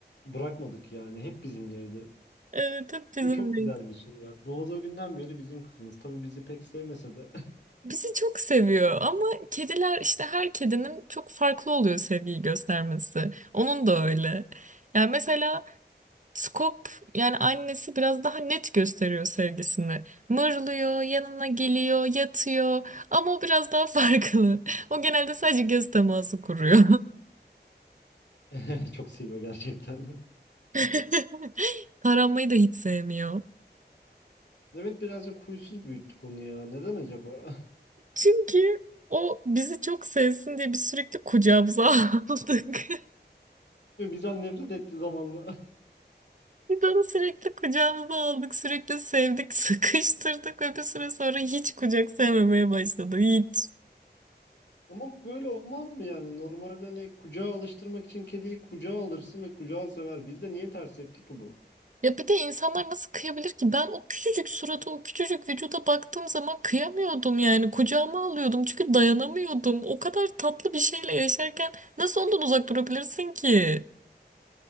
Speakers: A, on the left (about 80°); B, on the right (about 45°).
A: bırakmadık yani. Hep bizimleydi.
B: Evet, hep bizimleydi.
A: Bu çok güzel bir şey ya. Doğduğu günden beri bizim kızımız. Tabii bizi pek sevmese de
B: Bizi çok seviyor ama kediler işte her kedinin çok farklı oluyor sevgiyi göstermesi. Onun da öyle. Yani mesela Skop yani annesi biraz daha net gösteriyor sevgisini. Mırlıyor, yanına geliyor, yatıyor ama o biraz daha <laughs> farklı. O genelde sadece göz teması kuruyor.
A: <laughs> çok seviyor gerçekten. <laughs>
B: <laughs> Taranmayı da hiç sevmiyor.
A: Evet birazcık huysuz büyüttük onu ya. Neden acaba?
B: Çünkü o bizi çok sevsin diye biz sürekli kucağımıza <laughs> aldık.
A: <laughs> Ve bizden nefret etti zamanla.
B: Biz onu sürekli kucağımıza aldık, sürekli sevdik, <laughs> sıkıştırdık ve bir süre sonra hiç kucak sevmemeye başladı, hiç.
A: Ama böyle olmaz mı yani? Normalde hani kucağa alıştırmak için kediyi kucağa alırsın ve kucağı sever. Bizde niye ters tepki ki bu?
B: Ya bir de insanlar nasıl kıyabilir ki? Ben o küçücük surata, o küçücük vücuda baktığım zaman kıyamıyordum yani. Kucağıma alıyordum çünkü dayanamıyordum. O kadar tatlı bir şeyle yaşarken nasıl ondan uzak durabilirsin ki?